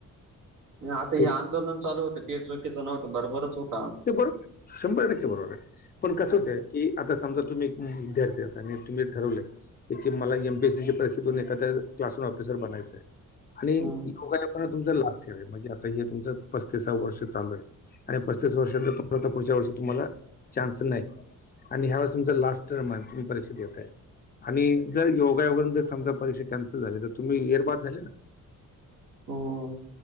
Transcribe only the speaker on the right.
आता हे
आंदोलन चालू होतं ते चुकीच नव्हतं बरोबरच होत.
हम्म,
हम्म,
हो